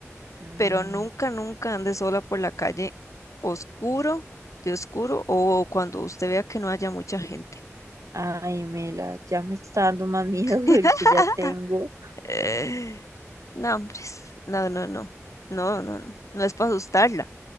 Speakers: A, on the right; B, on the left.
A: Mm,
B: pero nunca, nunca ande sola por la calle oscuro, de oscuro, o cuando usted vea que no haya mucha gente.
A: ay, Mela, ya me está dando más miedo <laughs>
B: <laughs>
A: el que ya tengo.
B: Eh, No, hombres, no, no, no, no, no, no, no es para asustarla,